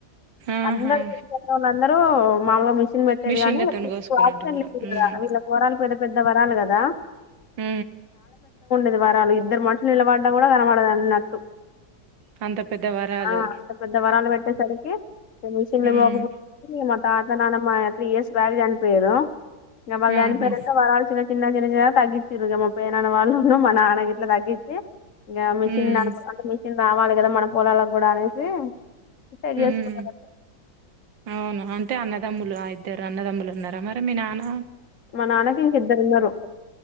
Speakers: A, on the right; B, on the left.
A: ఆహా
B: అందరు గుర్తొచ్చి వాళ్ళందరూ మాది కూడా మిషన్ పెట్టేది
A: మిషన్లతోని
B: గానీ
A: కోసుకునేటోళ్ళు
B: ఆప్షన్ లేదు
A: ఉమ్
B: కదా వీళ్ళ కోరాలు పెద్ద పెద్ద వరాలు కదా
A: ఉ
B: పది వారాలు ఇద్దరు మనుషులు నిలబడ్డా కూడా కనవడదు అన్నట్టు
A: అంత పెద్ద వరాలు
B: ఆ అంత పెద్ద వరాలు పెట్టేసరికి మిషన్లు
A: ఉమ్
B: ఇవ్వకపోతిరి మా తాత నాన్నమ్మ ప్రియస్ బ్యాగు గన్ పేరా నా వాళ్ళు
A: ఆహా
B: చనిపోయినంక వరాలు చిన్న చిన్న గా జనజా తగ్గించిర్ గా మా పేనాన్న వాళ్ళు మా నాన్న గిట్లా తగ్గించి ఇంగ మిషన్
A: ఉమ్
B: నడుపు అంటే మిషన్ రావు ఇవ్వాలి కదా మన పొలాలకు కూడా అనేసి సెట్
A: హ్మ్
B: చేసుకున్నారు
A: అవును అంటే అన్నదమ్ములు ఆ ఇద్దరు అన్నదమ్ములు ఉన్నారా మరి మీ నాన్న
B: మా నాన్నకి ఇంక ఇద్దరు ఉన్నారు